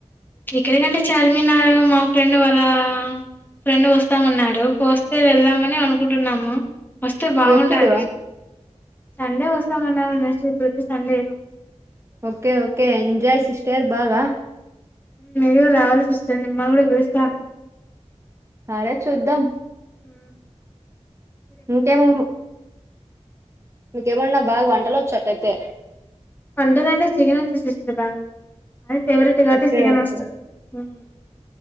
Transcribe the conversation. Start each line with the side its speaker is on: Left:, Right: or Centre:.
Left: ఎక్కడికంటే చార్మినార్ మా ఫ్రెండ్ వాళ్ళ ఫ్రెండ్ వస్తామన్నారు వస్తే వెళ్దామని అనుకుంటున్నాము వస్తే బాగుండాలి
Right: ఎప్పుడు
Left: సండే వస్తామన్నారు నెక్స్ట్ ఇప్పుడొచ్చే Sunday
Right: okay okay enjoy sister బాగా
Left: మీరు కూడా రావాలి సిస్టర్ మిమ్మల్ని కూడా పిలుస్తాను
Right: సరే చూద్దాం
Left: మ్
Right: ఇంకేమ్ ఇంకేమన్నా బాగా వంటలు వచ్చు అటైతే
Left: వంటలు అంటే చికెన్ వచ్చేసి ఇస్తారు బాగా అది ఫేవరెట్ కాబట్టి
Right: ఓకే
Left: చికెన్
Right: ఓకే
Left: వస్తు మ్మ్